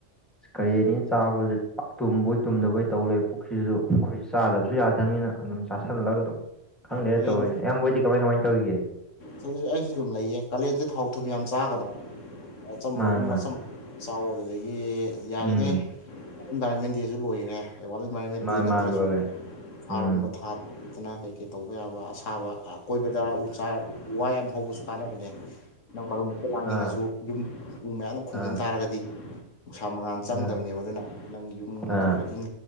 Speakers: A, in the centre; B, on the left.
A: ꯏꯁ ꯀꯔꯦꯟꯅꯤꯅ ꯆꯥꯕꯖꯦ ꯄꯛ ꯇꯨꯝꯕꯣꯏ ꯇꯨꯝꯗꯕꯣꯏ ꯇꯧ ꯂꯩ ꯄꯨꯛꯁꯤꯖꯨ ꯑꯈꯣꯏ ꯆꯥꯗꯕꯁꯨ ꯌꯥꯗꯕꯅꯤꯅ ꯑꯗꯨꯝ ꯆꯥꯥꯁꯜꯂꯒ ꯑꯗꯨꯝ ꯈꯪꯗꯦꯗ
B: ꯀꯥꯂꯦꯟ
A: ꯇꯧꯔꯤꯁꯦ ꯏꯌꯥꯝꯍꯣꯏꯗꯤ ꯀꯃꯥꯏ ꯀꯃꯥꯏ ꯇꯧꯔꯤꯒꯦ
B: ꯈꯩꯅꯤ ꯑꯩꯖꯨ ꯑꯗꯨꯝ ꯂꯩꯌꯦ ꯀꯥꯂꯦꯟꯖꯦ ꯊꯥꯎ ꯊꯨꯝ ꯌꯥꯝ ꯆꯥꯒꯅꯣ ꯑꯆꯝꯕꯒꯨꯝꯕ
A: ꯃꯥꯅꯦ ꯃꯥꯅꯦ
B: ꯁꯨꯝ ꯆꯥꯎꯋꯣ ꯑꯗꯨꯗꯒꯤ ꯌꯥꯔꯤꯉꯩ
A: ꯎꯝ
B: ꯏꯟꯚꯥꯏꯔꯣꯟꯃꯦꯟ ꯗꯦꯖꯨ ꯂꯣꯏꯒ ꯒ꯭ꯔꯦ ꯋꯥꯔꯜ ꯏꯟꯚꯥꯏꯔꯣꯟꯃꯦꯟ
A: ꯃꯥꯅꯦ
B: ꯗꯦ ꯅꯠꯇ꯭ꯔꯁꯨ
A: ꯃꯥꯅꯦ ꯂꯣꯏꯒ꯭ꯔꯦ ꯎꯝ
B: ꯑꯥꯔꯒꯨꯝꯕ ꯊꯥꯗꯅ ꯀꯩ ꯀꯩ ꯇꯧꯕ ꯌꯥꯕ ꯑꯁꯥꯕ ꯑꯀꯣꯏꯕꯗ ꯎ ꯆꯥꯔ ꯎ ꯋꯥ ꯌꯥꯝ ꯍꯧꯕꯁꯨ ꯀꯥꯅꯕꯅꯦ ꯅꯪ ꯃꯔꯨꯝ ꯃꯨꯛꯇ ꯂꯥꯡꯅꯤꯡꯉꯁꯨ
A: ꯑꯥ
B: ꯌꯨꯝ ꯎ ꯃꯌꯥꯝꯅ ꯈꯨꯝꯖꯤꯟ
A: ꯑꯥ
B: ꯇꯥꯔꯒꯗꯤ ꯅꯨꯡꯁꯥ ꯃꯉꯥꯟ ꯆꯪꯗꯕꯅꯦꯕ
A: ꯑꯥ
B: ꯑꯗꯨꯅ ꯅꯪ ꯌꯨꯝꯗꯣ
A: ꯑꯥ
B: ꯈꯔ ꯏꯪ